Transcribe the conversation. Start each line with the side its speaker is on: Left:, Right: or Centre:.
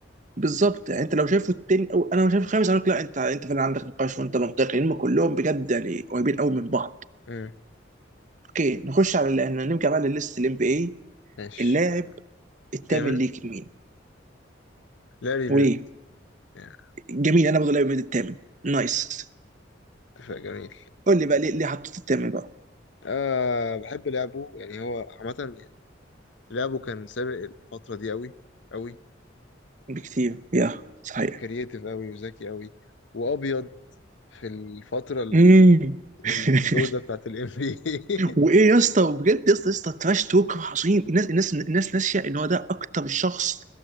Right: بالظبط يعني انت لو شايفه التاني او انا مش شايف الخامس اقول لك لا انت انت فعلا عندك نقاش وانت منطقي لان كلهم بجد يعني قريبين قوي من بعض
Left: امم
Right: اوكي نخش على ال- نرجع بقى للست الام بي اي
Left: ماشي
Right: اللاعب الثامن
Left: الثامن
Right: ليك مين
Left: لاري بيرد
Right: وليه
Left: يعني
Right: جميل انا برضه لاعب ميد الثامن نايس
Left: اتفاق جميل
Right: قول لي بقى ليه ليه حطيت الثامن بقى
Left: آه بحب لعبه يعني هو عامة يعني لعبه كان سابق الفترة دي أوي أوي
Right: بكتير يا صحيح
Left: كرييتيف أوي وذكي أوي وأبيض في الفترة ال-
Right: امم <laughs>
Left: السوداء بتاعت ال NBA
Right: وايه يا اسطى وبجد يا اسطى يا اسطى تراش توك عظيم الناس الناس الناس ناسيه ان هو ده اكتر شخص